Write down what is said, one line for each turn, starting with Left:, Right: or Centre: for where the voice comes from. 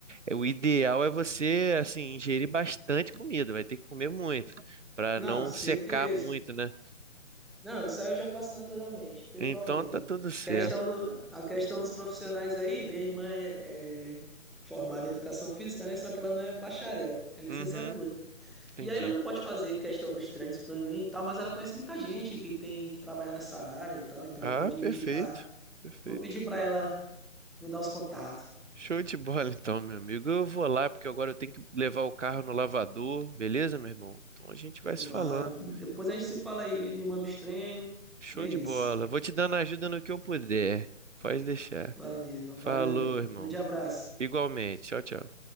Right: é, O ideal é você, assim, ingerir bastante comida, vai ter que comer muito, para
Centre: não,
Right: não
Centre: certeza.
Right: secar muito, né?
Centre: Não, isso aí eu já faço naturalmente, não tem
Right: Então
Centre: problema.
Right: tá tudo certo.
Centre: Questão do, a questão dos profissionais aí, minha irmã é, é formada em educação física, né? Só que ela não é bacharel, é licenciatura.
Right: Uhum, entendi.
Centre: E aí ela não pode fazer questão dos treinos pra mim e tal, mas ela conhece muita gente que tem que trabalhar nessa área e tal, então
Right: Ah,
Centre: ela pode me
Right: perfeito,
Centre: indicar.
Right: perfeito.
Centre: Vou pedir pra ela Me dá os contatos.
Right: Show de bola, então, meu amigo. Eu vou lá, porque agora eu tenho que levar o carro no lavador, beleza, meu irmão? Então a gente vai
Centre: Suave,
Right: se falando.
Centre: mano. Depois a gente se fala aí, me manda os treinos.
Right: Show
Centre: E é
Right: de
Centre: isso.
Right: bola. Vou te dando ajuda no que eu puder. Pode deixar.
Centre: Valeu,
Right: Falou,
Centre: valeu, amigo.
Right: irmão.
Centre: Grande abraço.
Right: Igualmente. Tchau, tchau.